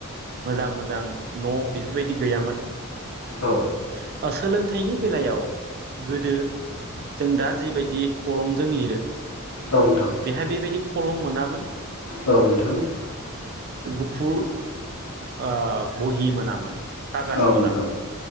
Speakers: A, on the right; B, on the left.
A: मोजां मोजां न' बेफोरबायदि गैयामोन ।
B: औ
A: ओ सोलोंथ थाइनि बेलायाव गोदो जों दा जिबायदि खलमजों लिरो
B: औ नोंथां
A: बेहाय बेबायदि खलम मोना मोन
B: औ नोंथां ।
A: गुफुर ओ बहि मोनामोन । कागाज
B: औ
A: मोनामोन
B: नोंथां